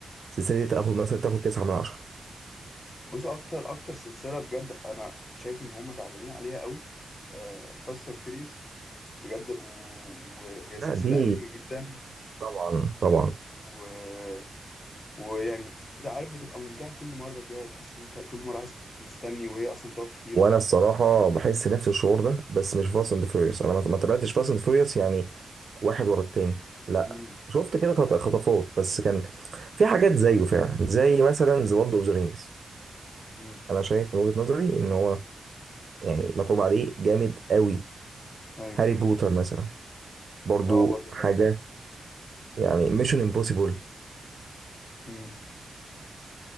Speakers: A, on the right; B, on the left.
A: السلسله دي تاخد مثلا تاخد 9 من 10
B: بص اكتر اكتر سلسله بجد انا شايف ان هم تعبانين عليها قوي أه فاست اند فيريز بجد و- وهي
A: لا
B: سلسله
A: دي
B: قديمه جدا
A: طبعا طبعا
B: و... ويعني بتبقى عارف بتبقى ممتعه كل مره كده تحس ان انت كل مره عايز مستني وهي اصلا بتقعد كتير
A: وانا الصراحه بحس نفس الشعور ده بس مش فاست اند فيوريوس انا ما ما تابعتش فاست اند فيوريوس يعني واحد ورا التاني لا
B: مم.
A: شفت كده
B: مم.
A: خط- خطفات بس كان في حاجات زيه فعلا زي مثلا ذا لورد اوف ذا رينجز
B: مم.
A: انا شايف من وجهة نظري ان هو يعني مطلوب عليه جامد قوي
B: ايوه
A: هاري بوتر مثلا برضو
B: اه برضه
A: حاجة
B: هاري بوتر
A: يعني ميشن امبوسيبل
B: مم.